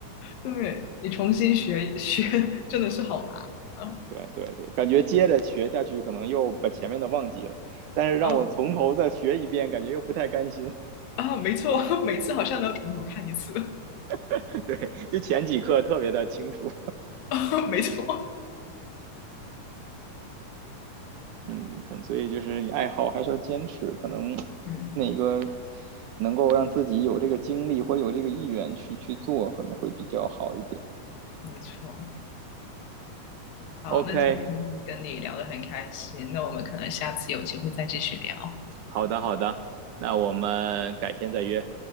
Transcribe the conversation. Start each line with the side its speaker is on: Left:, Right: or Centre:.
Left: 对，你重新学 <laughs> 学真的是好难啊
Right: 对对对，感觉接着学下去，可能又把前面的忘记了，但是让我从头再学一遍，
Left: 啊！
Right: 感觉又不太甘心。
Left: 啊！没错，<laughs> 每次好像都要从头看一次，
Right: <laughs> 对，就前几课特别的清楚，
Left: <laughs> 没错。
Right: 嗯，可能所以就是你爱好还是要坚持，可能
Left: 嗯，
Right: 哪个能够让自己有这个精力或者有这个意愿去去做，可能会比较好一点。
Left: 没错。好，
Right: OK，
Left: 那今天跟你聊得很开心，那我们可能下次有机会再继续聊。
Right: 好的好的，那我们改天再约，